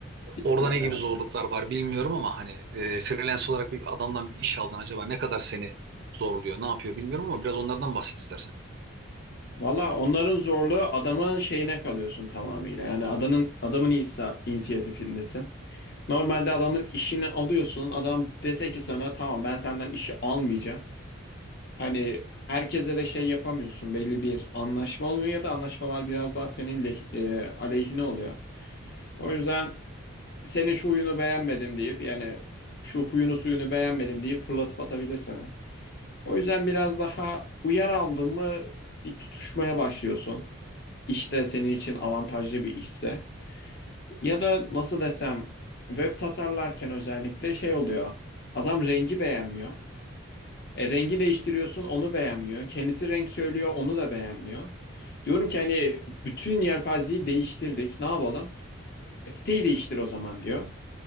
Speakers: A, on the left; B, on the right.
A: Bir
B: Orada
A: tık öyle
B: ne gibi
A: evet.
B: zorluklar var bilmiyorum ama hani e, freelance olarak bir adamdan bir iş aldın acaba ne kadar seni zorluyor, ne yapıyor bilmiyorum ama biraz onlardan bahset istersen.
A: Valla onların zorluğu adamın şeyine kalıyorsun tamamıyla. Yani adamın adamın insa, inisiyatifindesin. Normalde adamın işini alıyorsun. Adam dese ki sana tamam ben senden işi almayacağım. Hani herkese de şey yapamıyorsun. Belli bir anlaşma olmuyor ya da anlaşmalar biraz daha senin leh- e, aleyhine oluyor. O yüzden senin şu huyunu beğenmedim deyip yani şu huyunu suyunu beğenmedim deyip fırlatıp atabilir sana. O yüzden biraz daha uyar aldın mı bir tutuşmaya başlıyorsun. işte senin için avantajlı bir işse ya da nasıl desem web tasarlarken özellikle şey oluyor. Adam rengi beğenmiyor. E, rengi değiştiriyorsun onu beğenmiyor. Kendisi renk söylüyor onu da beğenmiyor. Diyorum ki hani bütün yelpazeyi değiştirdik ne yapalım? E, siteyi değiştir o zaman diyor.